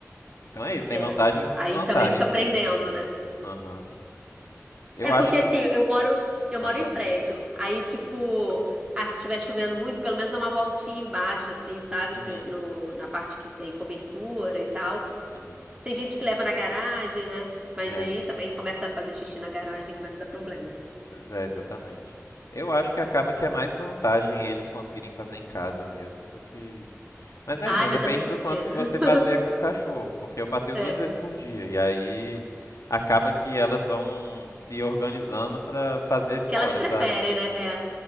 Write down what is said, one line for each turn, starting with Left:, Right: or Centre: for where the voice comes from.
Left: Então é isso, tem
Right: é.
Left: vantagens e
Right: Aí
Left: desvantagens
Right: também fica
Left: nisso
Right: prendendo,
Left: de.
Right: né?
Left: Aham. Eu
Right: É
Left: acho
Right: porque
Left: que.
Right: aqui
Left: n-
Right: eu moro, eu
Left: Pode
Right: moro
Left: falar.
Right: em prédio. Aí, tipo, ah, se estiver chovendo muito, pelo menos dá uma voltinha embaixo, assim, sabe?
Left: Uhum,
Right: Que no, na parte que tem cobertura e tal.
Left: uhum.
Right: Tem gente que leva na garagem, né? Mas
Left: É,
Right: aí também começa a fazer xixi na garagem e começa a dar problema.
Left: pois é, exatamente. Eu acho que acaba que é mais vantagem eles conseguirem fazer em casa mesmo do que. Mas é
Right: Ai,
Left: isso, né?
Right: mas
Left: Depende
Right: é muita
Left: do
Right: sujeira.
Left: quanto que
Right: <laughs>
Left: você passeia com o cachorro, porque eu passeio
Right: É.
Left: duas vezes por dia e aí acaba que elas vão se organizando pra fazer fora,
Right: Porque elas preferem,
Left: sabe?
Right: né? É.